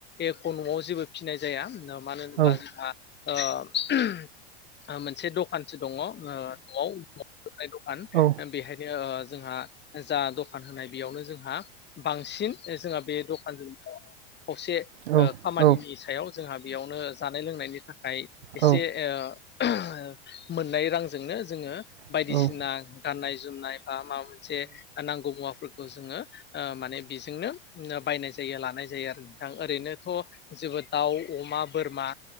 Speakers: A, on the left; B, on the right.
A: एख' न'आव जेबो फिनाय जाया। मानो होनोब्ला
B: औ
A: जोंहा ओ मोनसे दखानसो दङ। ओ न'आव न'आवनो होनाय दखान
B: औ
A: बेहायनो ओ जोंहा जा दखान होनाय बेयावनो जोंहा बांसिन जोंहा बे दखानजों खौसे
B: औ
A: ओ खामानिनि
B: औ
A: सायाव जोंहा बेयावनो जानाय लोंनायनि थाखाय आय एसे
B: औ
A: ओ मोननाय रांजोंनो जोङो
B: औ
A: बायदिसिना गाननाय जोमनाय माबा मोनसे नांगौ मुवाफोरखौ जोङो ओ माने बेजोंनो बायनाय जायो लानाय जायो आरो आं ओरैनोथ' जोबोद दाउ अमा बोरमा